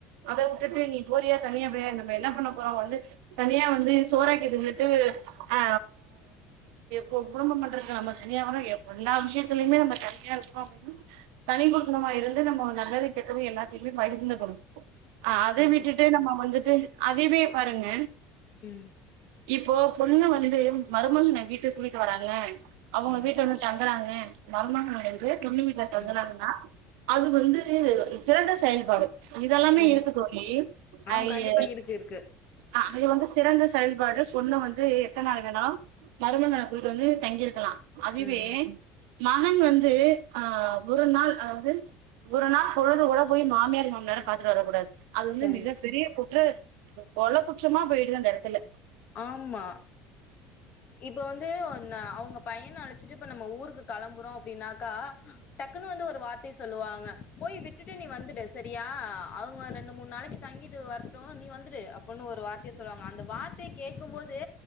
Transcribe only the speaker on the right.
அத உட்டுட்டு நீ போரியா தனியா போ நம்ம என்ன பண்ண போறோ வந்து தனியா வந்து சோறக்கி தின்னுட்டு அ குடும்பம் பண்றதுக்கு நம்ம தனியாகூட எப்ப எல்லா விஷயத்திலயுமே நம்ம தனியா இருக்கணு அப்டின்னா தனி குடுத்தணுமா இருந்து நம்ம நல்லது <unintelligible> எல்லாத்தையுமே பகிர்ந்துக்கணு அத
விட்டுட்டு நம்ம வந்துட்டு அதுவே பாருங்க
இப்போ பொண்ணு வந்து மருமகனை வீட்டுக்கு கூட்டிட்டு வராள அவங்க
வீட்ல வந்து தங்குறாங்க மருமகங்க வந்து பொண்ணு வீட்ல தங்கறாங்கன்னா
அது வந்து ந்து சிறந்த செயல்பாடு இதெல்லாமே
இருக்கு தோழி
ஐய
அ அது வந்து சிறந்த செயல்பாடு பொண்ணு வந்து எத்தனநாள் வேணா மருமகன கூட்டு வந்து தங்கிருக்கலா அதுவே
மகன் வந்து ஆ ஒரு நாள் அதாவ்து ஒரு நாள் பொழுது கூட போய் மாமியார் மாம்னார பாத்துட்டு வரக்கூடாது அது வந்து
மிக பெரிய குற்று கொள குற்றமா போய்டுது அந்த எடத்துல